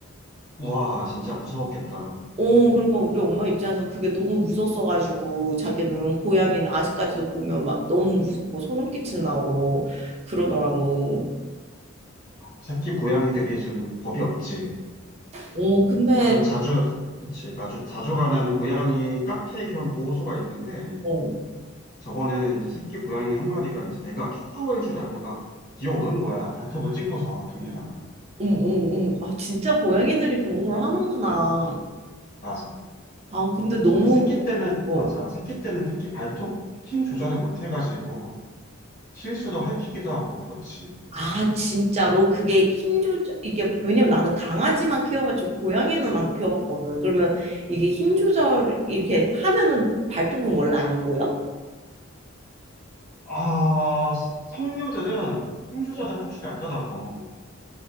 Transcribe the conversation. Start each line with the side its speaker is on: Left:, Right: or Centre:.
Left: 와 진짜 무서웠겠다.
Right: 어, 그러니까 우리 엄마 입장에선 그게 너무 무섭어가지고 자기는 고양이는 아직까지도 보면 막 너무 무섭고 소름 끼친다고 그러더라고.
Left: 새끼 고양이들이 좀 겁이 없지.
Right: 어, 근데
Left: 나도 자주, 그치, 나도 자주 가는 고양이 카페 겸 보호소가 있는데,
Right: 어,
Left: 저번에는 이제 새끼 고양이 한 마리가 이제 내가 캣타워인 줄 알고 막 뛰어오는 거야. 발톱을 찍고서 등에다가.
Right: 어머, 어머, 어머. 아, 진짜 고양이들이 그런 걸 하는구나.
Left: 맞아.
Right: 아, 근데 너무
Left: 특히 새끼 때는,
Right: 어.
Left: 맞아. 새끼 때는 특히 발톱 힘 조절을 못 해가지고, 실수도 할퀴기도 하고, 그렇지.
Right: 아, 진짜로 그게 힘 조절 이게 왜냐면 나는 강아지만 키워봤지 고양이는 안 키워봤거든. 그러면 이게 힘 조절 이렇게 하면은 발톱은 원래 안 보여?
Left: 아, 스- 성묘들은 힘 조절을
Right: 어.
Left: 할 줄 알더라고.